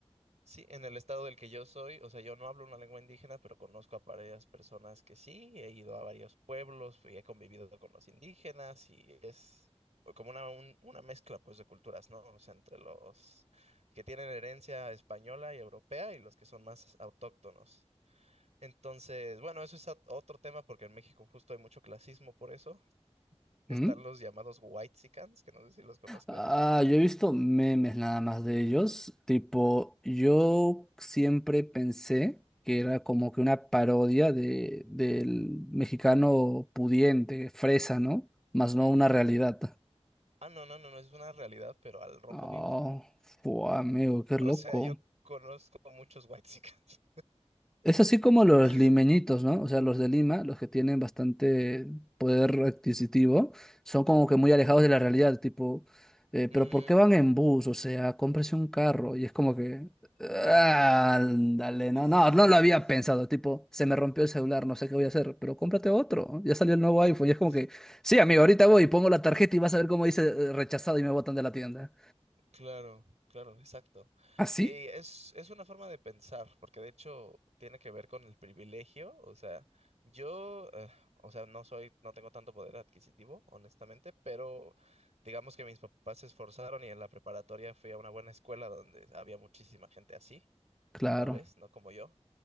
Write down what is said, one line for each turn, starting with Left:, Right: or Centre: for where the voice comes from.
Right: Sí, en el estado del que yo soy, o sea, yo no hablo una lengua indígena, pero conozco a varias personas que sí, he ido a varios pueblos y he convivido con los indígenas y es como una, un- una mezcla pues de culturas, ¿no? O sea, entre los que tienen herencia española y europea y los que son más autóctonos. Entonces, bueno, eso es ot- otro tema porque en México justo hay mucho clasismo por eso. Están
Centre: Ujú.
Right: los llamados whitexicans, que no sé si los conozcas.
Centre: Ah, yo he visto memes nada más de ellos. Tipo, yo siempre pensé que era como que una parodia de, del mexicano pudiente, fresa, ¿no? Más no
Right: Ujú.
Centre: una realidad.
Right: Ah, no, no, no, no, es una realidad, pero al rojo
Centre: Oh,
Right: vivo.
Centre: fua, amigo, qué loco.
Right: O sea, yo conozco a muchos whitexicans.
Centre: Es así como los
Right: <laughs>
Centre: limeñitos, ¿no? O sea, los de Lima, los que tienen bastante poder adquisitivo, son como que muy alejados de la realidad, tipo, eh, pero
Right: Ujú,
Centre: ¿por qué van en bus? O sea, cómprese un carro. Y es como que, "Ah,
Right: ándale.
Centre: ándale,
Right: Sí,
Centre: no,
Right: sí,
Centre: no,
Right: sí,
Centre: no
Right: sí,
Centre: lo
Right: sí,
Centre: había
Right: sí. sí.
Centre: pensado, tipo, se me rompió el celular, no sé qué voy a hacer, pero cómprate otro. ¿no? Ya salió el nuevo iPhone. Y es como
Right: <laughs> Es-
Centre: que, sí, amigo, ahorita voy y pongo la tarjeta y vas a ver cómo dice eh, rechazado y me botan de la tienda.
Right: Claro, claro, exacto.
Centre: ¿Ah, sí?
Right: Eh, es, es una forma de pensar, porque de hecho tiene que ver con el privilegio. O sea, yo, eh, o sea, no soy, no tengo tanto poder adquisitivo, honestamente, pero digamos que mis papás se esforzaron y en la preparatoria fui a una buena escuela donde había muchísima gente así,
Centre: Claro.
Right: tal vez, no como yo.